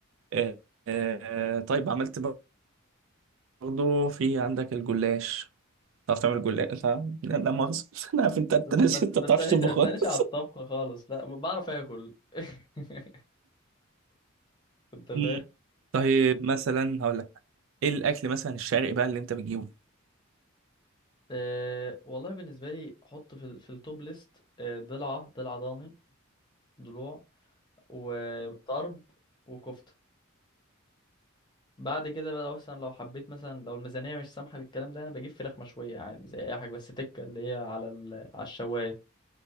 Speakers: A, on the right; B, on the left.
A: آه، آه، طيب عملت برضه في عندك الجلاش تعرف تعمل جلاش انت لا لا مؤاخذه <laughs> انا عارف انت انت
B: ما
A: ناسي
B: ت-
A: انت
B: ما
A: ما بتعرفش
B: تسألنيش
A: تطبخ
B: ما تسألنيش
A: خالص
B: على الطبخ خالص لا بعرف اكل <laughs>
A: <laughs>
B: انت فاهم
A: مم. طيب مثلا هقول لك ايه الاكل مثلا الشرقي بقى اللي انت بتجيبه
B: أه والله بالنسبه لي حط في ال- في التوب ليست أه ضلعه ضلع ضاني ضلوع وطرب وكفته بعد كده بقى لو مثلا لو حبيت مثلا لو الميزانيه مش سامحه للكلام ده انا بجيب فراخ مشويه عادي زي اي حاجه بس تكه اللي هي على ال... على الشوايه